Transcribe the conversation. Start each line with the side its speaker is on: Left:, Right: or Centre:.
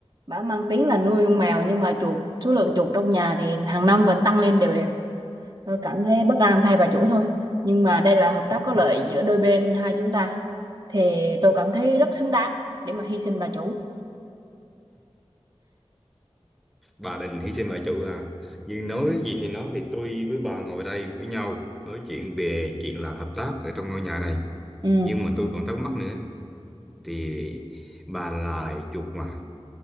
Right: bà mang tiếng là nuôi ong mèo nhưng mà chuột số lượng chuột trong nhà thì hàng năm vẫn tăng lên đều đều Tôi cảm thấy bất an thay bà chủ thôi. Nhưng mà đây là hợp tác có lợi giữa đôi bên hai chúng ta. Thì tôi cảm thấy rất xứng đáng để mà hy sinh bà chủ.
Centre: bà định hy sinh bà chủ à nhưng nói gì thì nói thì tôi với bà ngồi đây với nhau nói chuyện về chuyện là hợp tác ở trong ngôi nhà này
Right: Ừ,
Centre: nhưng mà tôi còn thắc mắc nữa thì bà là chuột mà